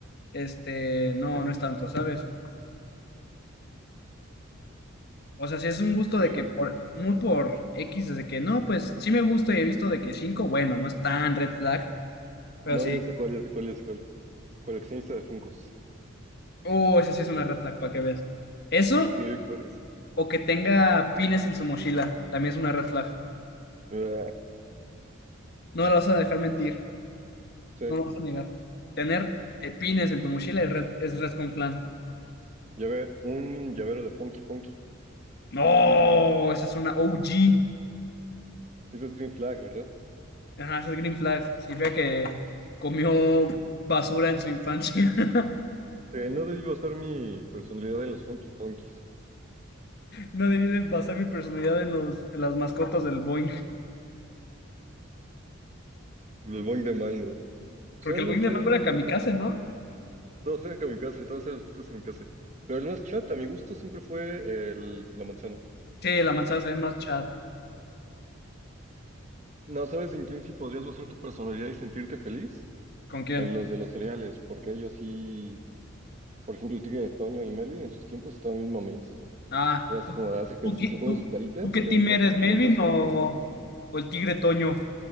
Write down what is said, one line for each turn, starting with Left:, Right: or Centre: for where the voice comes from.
Left: este, no, no es tanto, ¿sabes? O sea, si es un gusto de
Right: No,
Left: que
Right: no.
Left: por, muy por X, desde que no, pues sí me gusta y he visto de que 5, bueno, no es tan red flag, pero
Right: No,
Left: sí,
Right: yo sé cuál, yo sé cuál, yo sé cuál. Coleccionista de Funkos.
Left: oh, ese sí es una red flag, para que veas. Eso,
Right: Sí, pones.
Left: o que tenga pines en su mochila, también es una red flag.
Right: Ah,
Left: No me lo vas a dejar mentir.
Right: sí.
Left: No lo vas a negar. Tener eh, pines en tu mochila es red, es res con flan.
Right: Llavero, un llavero de Funky Punky.
Left: No, esa es una OG.
Right: Eso es green flag, ¿verdad?
Left: Ajá, esa es Green Flag. Significa que comió basura en su infancia. <laughs>
Right: Eh, no debí basar mi personalidad en los Funky Punkies.
Left: No debí de basar mi personalidad en los, en las mascotas del Boeing.
Right: El boing de mango.
Left: Porque
Right: Será bien
Left: el Boeing
Right: chido
Left: de mango
Right: el boing
Left: era kamikaze,
Right: de mango.
Left: ¿no?
Right: Todos eran kamikaze, todos eran los frutos kamikaze. Pero el más chat, a mi gusto, siempre fue el- la manzana.
Left: Sí, la manzana se ve más chat.
Right: No sabes en quién sí podrías basar tu personalidad y sentirte feliz.
Left: ¿Con quién?
Right: En los de los cereales, porque ellos sí. Por ejemplo, el tigre de Toño y Melvin en sus tiempos estaban bien mames.
Left: Ah,
Right: Ya es
Left: ¿tú,
Right: como hace ejercicio,
Left: tú, qui-
Right: comen
Left: tú-
Right: sus caritas
Left: tú qué team
Right: y ahorita
Left: eres, Melvin
Right: lanzas
Left: o,
Right: un pase.
Left: o el tigre Toño?